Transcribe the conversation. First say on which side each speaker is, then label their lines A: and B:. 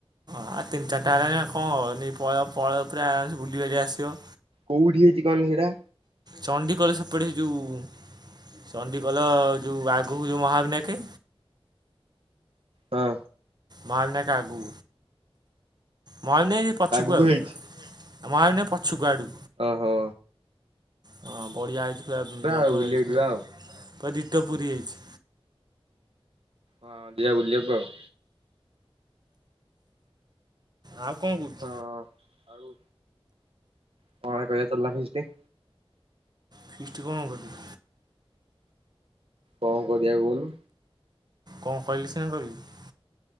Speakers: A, on the right; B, on the right.
A: ଆଉ ତିନି ଚାରିଟା ହେଲାଣି ଆଉ କଁ ହବ ନେ ପଳେଅ ପଳେଅ ପୁରା ବୁଲିିବାଲି ଆସିବ।
B: କୋଉଠି ହେଇଚି କନି ହେଟା?
A: ଚଣ୍ଡିଖୋଲ ସେପଟେ ହେ ଯୋଉ ଚଣ୍ଡିଖୋଲ ଯେଉଁ ଆଗକୁ ଯେଉଁ ମହାବିନାୟକ
B: ହଁ।
A: ମହାବିନାୟକ ଆଗୁକୁ। ମହାବିନାକେ ପଛୁକୁ
B: ଆଗକୁ
A: ଆଉ,
B: ହେଇଛି
A: ମହାବିନାକେ ପଛୁକୁ ଆଡ଼କୁ।
B: ଓହୋ।
A: ହଁ ବଢିଆ ହେଇଚି ପୁରା
B: ଯିବା
A: ଜବର
B: ଆଉ ବୁଲିବାକୁ
A: ହେଇଚି
B: ଯିବା
A: ପୁରା
B: ଆଉ
A: ପୁରା ଡିଟୋ ପୁରୀ ହେଇଚି।
B: ହଁ ଯିିବା ବୁଲିବାକୁ ଆଉ।
A: ଆଉ କଣ କୋଉଚୁ?
B: ହଁ ଆଉ <unintelligible> କରିବା ଚାଲୁନା ଫିଷ୍ଟି।
A: ଫିଷ୍ଟି କଣ କରିବ?
B: କ କରିଆ କହୁନୁ।
A: କଁ କହିଲେ ସିନା କହିବି।